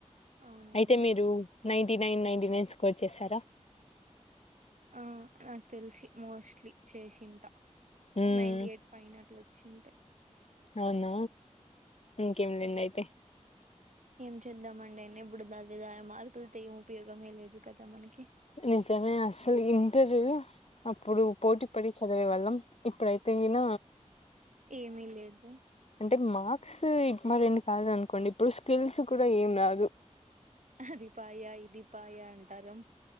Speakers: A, on the right; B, on the left.
A: అవునవును
B: అయితే మీరు నైన్టీ నైన్ నై నైన్ స్కోర్ చేసారా
A: ఆ నాకు తెలిసి మోస్ట్లీ చేసింట
B: మ్మ్
A: ఒక నైన్టీ ఎయిట్ పైనాట్ల వచ్చి ఉంటాయి
B: అవున ఇంకేంలెండి అయితే
A: ఏం చేద్దామండి అయినప్పుడు దా అదేదాని మార్కులతో ఏం ఉపయోగమే లేదు కదా మనకి
B: నిజమే అసలు ఇంటర్ అప్పుడు పోటీ పడి చదివేవాళ్ళం ఇప్పుడు తెగిన
A: ఏమి లేదు
B: టే మార్క్స్ ఇప్మాటెంట్ కాదు అనుకోండి ఇప్పుడు స్కిల్స్ కూడా ఏం రాదు
A: అది పాయ ఇది పాయ అంటారం